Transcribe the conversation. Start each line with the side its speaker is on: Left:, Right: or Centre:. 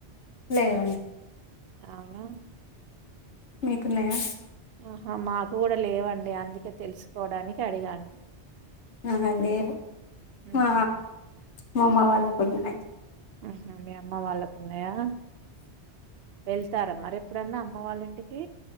Left: లేదన్
Right: అవునా
Left: మీకున్నాయా
Right: ఆహా మాకు కూడా లేవండి అందుకే తెలుసుకోవడానికి అడిగాను
Left: అహా లేదు
Right: హుహు.
Left: ఆ మా అమ్మ వాళ్ళకున్నాయి
Right: ఊహూ మీ అమ్మ వాళ్ళ ఉన్నాయా వెళ్తారా మరి ఎప్పుడన్నా అమ్మ వాళ్ళ ఇంటికి